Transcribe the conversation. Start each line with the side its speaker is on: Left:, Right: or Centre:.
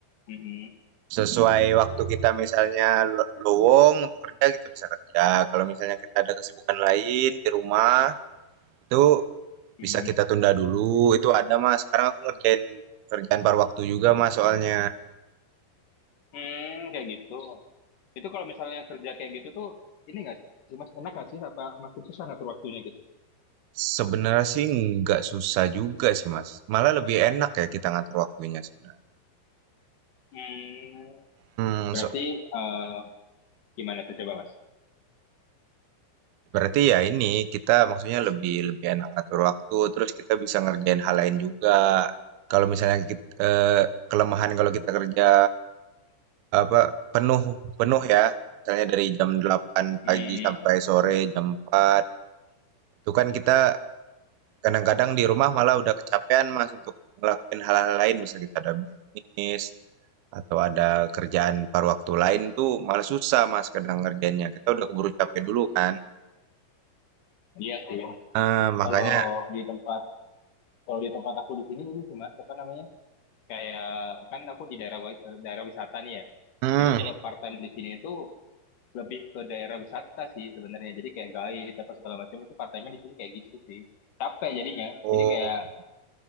Left: hmm,
Right: sesuai waktu kita misalnya lo- lowong untuk kerja kita bisa kerja. Kalau misalnya kita ada kesibukan lain di rumah itu
Left: hmm,
Right: Bisa kita tunda dulu, itu ada, Mas. Sekarang aku ngerjain kerjaan par waktu juga, Mas, soalnya.
Left: Hmm, kayak gitu. Itu kalau misalnya kerja kayak gitu tuh, ini nggak sih mas, enak nggak sih? Apa makin susah ngatur waktunya gitu?
Right: Sebenarnya sih nggak susah juga sih, Mas. Malah lebih enak ya kita ngatur waktunya sebenarnya.
Left: Hmm,
Right: Hmm,
Left: berarti
Right: so-
Left: eh, gimana tuh coba mas?
Right: berarti ya ini kita maksudnya lebih lebih enak ngatur waktu, terus kita bisa ngerjain hal lain juga. Kalau misalnya kita, eh, kelemahan kalau kita kerja apa penuh penuh ya, misalnya dari jam 8
Left: Hmm,
Right: pagi sampai sore jam 4 itu kan kita Kadang-kadang di rumah malah udah kecapean, Mas, untuk ngelakuin hal-hal lain, misalnya kita ada bisnis atau ada kerjaan paruh waktu lain tuh malah susah, Mas, kadang ngerjainnya. Kita udah keburu capek dulu kan.
Left: iya sih.
Right: Eee, makanya
Left: Kalau di tempat kalau di tempat aku di sini ini sih mas, apa namanya? Kayak kan aku di daerah wa- daerah wisata nih ya.
Right: mhm,
Left: Jadi kalau part-time di sini itu lebih ke daerah wisata sih sebenarnya. Jadi kayak guide apa segala macam itu part-time-nya di sini kayak gitu sih. Capek jadinya.
Right: oh,
Left: Jadi kayak,